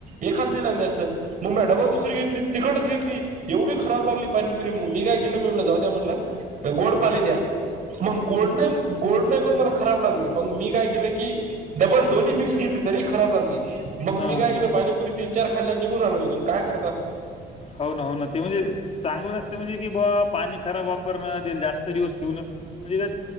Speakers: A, on the right; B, on the left.
A: एखांदी लागली असंल. म् म्या डबल दुसरी
B: हम्म
A: घेतली तिखटच घेतली एवढी खराब लागली पाणीपुरी म् मी काय केलं मी म्हणलो जाऊद्या म्हणलं गोड पाणी द्या
B: हम्म,
A: मग
B: हम्म.
A: गोड नाही... गोड नाही पण मला खराब लागली मग मी काय केलं की, डबल दोन्ही मिक्स घेतली तरी खराब लागली. मग
B: हा
A: मी काय
B: हा
A: केल पाणीपुरी तीन-चार खाल्ल्या निघून आलो तिथून काय करता.
B: हो ना हो ना ते म्हणजे चांगलं नसतं म्हणजे की, बुवा पाणी खराब वापरणं ते जास्त दिवस ठेवणं. म्हणजे त्या